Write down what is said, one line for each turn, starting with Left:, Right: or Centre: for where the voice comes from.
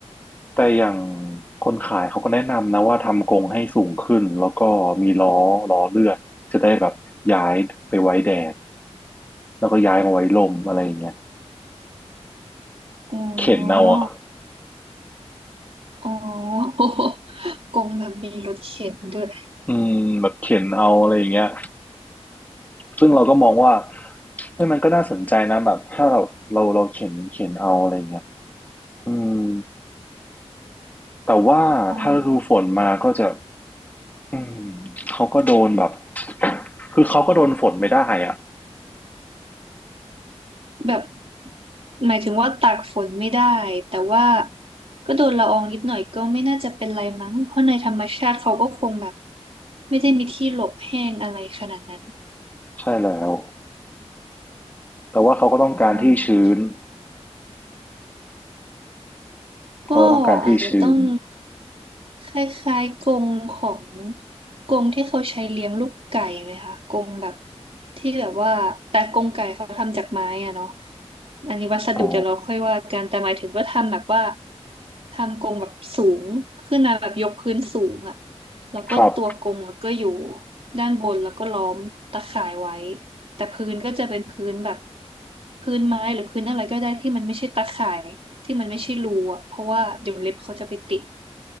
Left: แต่อย่างคนขายเขาก็แนะนำนะว่าทำกรงให้สูงขึ้นแล้วก็มีล้อล้อเลื่อนจะได้แบบย้ายไปไว้แดดแล้วก็ย้ายมาไว้ลมอะไรอย่างเงี้ย
Right: <laughs> อ๋อ
Left: เข็นเอาอ่ะ
Right: อ๋อ <laughs> กงแบบมีรถเข็นด้วย
Left: อืมแบบเข็นเอาอะไรอย่างเงี้ยซึ่งเราก็มองว่าเฮ้ยมันก็น่าสนใจนะแบบถ้าเราเราเราเข็นเข็นเอาอะไรอย่างเงี้ยอืม แต่ว่าถ้าฤดูฝนมาก็จะ
Right: อ๋อ
Left: อืมเขาก็โดนแบบคือเขาก็โดนฝนไม่ได้อ่ะ
Right: แบบ หมายถึงว่าตากฝนไม่ได้แต่ว่าก็โดนละอองนิดหน่อยก็ไม่น่าจะเป็นไรมั้งเพราะในธรรมชาติเขาก็คงแบบไม่ได้มีที่หลบแห้งอะไรขนาดนั้น
Left: ใช่แล้วแต่ว่าเขาก็ต้องการที่ชื้น
Right: อืม ก็
Left: เขาต้องการที่ชื้น
Right: อาจจะต้องคล้ายๆกรงของกรงที่เขาใช้เลี้ยงลูกไก่ไหมคะกรงแบบที่แบบว่าแต่กรงไก่เขาทำจากไม้อะเนาะอันนี้วัสดุเดี๋ยวเราค่อยว่ากันแต่หมายถึงก็ทำแบบว่า
Left: อ๋อ
Right: ทำกรงแบบสูงขึ้นมาแบบยกพื้นสูงอะแล้วก็ตัวกรงก็อยู่
Left: ครับ
Right: ด้านบนแล้วก็ล้อมตะข่ายไว้แต่พื้นก็จะเป็นพื้นแบบพื้นไม้หรือพื้นอะไรก็ได้ที่มันไม่ใช่ตะข่าย ที่มันไม่ใช่รูอะเพราะว่าเดี๋ยวเล็บเขาจะไปติด